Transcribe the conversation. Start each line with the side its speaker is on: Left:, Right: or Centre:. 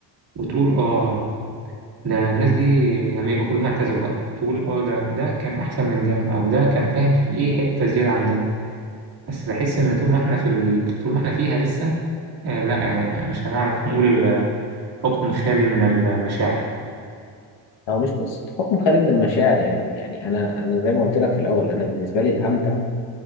Right: وتقول اه ده الناس دي لما يبقى كلهم اعتذروا بقى تقول اه ده ده كان احسن من ده او ده كان فاهم في ايه حتة زيادة عن ده بس بحس ان طول ما احنا في ال... طول ما احنا فيها لسه آه لا يعني مش هنعرف نقول آه، حكم خالي من المشاعر
Left: هو مش قصه حكم خالي من المشاعر يعني يعني انا انا زي ما قلت لك في الاول انا بالنسبه لي الامتع